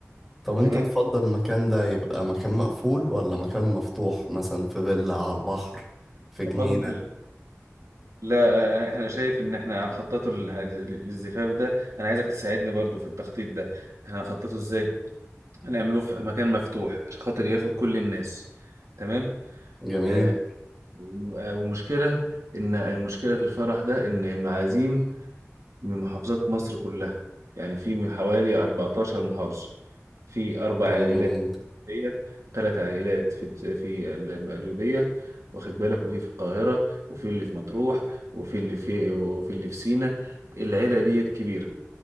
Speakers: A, in the centre; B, on the right.
A: طب انت
B: تمام
A: تفضل المكان ده يبقى مكان مقفول ولا مكان مفتوح مثلا في فيلا على البحر في جنينة
B: افضل لا آه، احنا شايف ان احنا هنخططه للح- للزفاف ده انا عايزك تساعدني برضو في التخطيط ده احنا هنخططه ازاي هنعمله في مكان مفتوح عشان خاطر ياخد كل الناس تمام
A: جميل
B: آه، وم- آه، ومشكلة ان المشكلة في الفرح ده ان المعازيم من محافظات مصر كلها يعني في من حوالي 14 محافظة في اربع
A: كلام
B: عائلات
A: جميل
B: هي ثلاث عائلات في في ال- القليوبية واخد بالك وفي في القاهرة وفي اللي في مطروح وفي اللي في وفي اللي في سينا العيلة ديت كبيرة